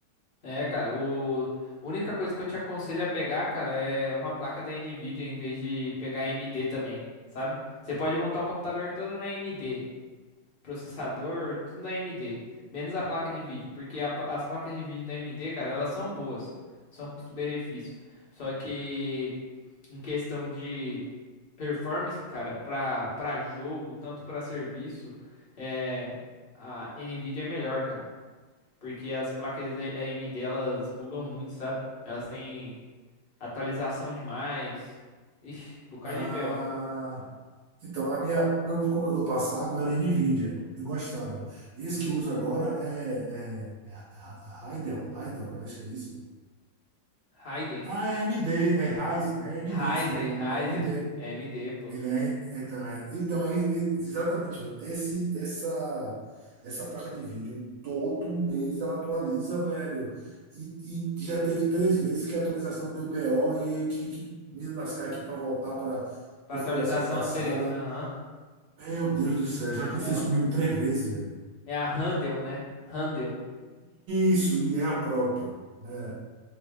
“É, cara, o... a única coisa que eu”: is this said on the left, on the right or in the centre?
Left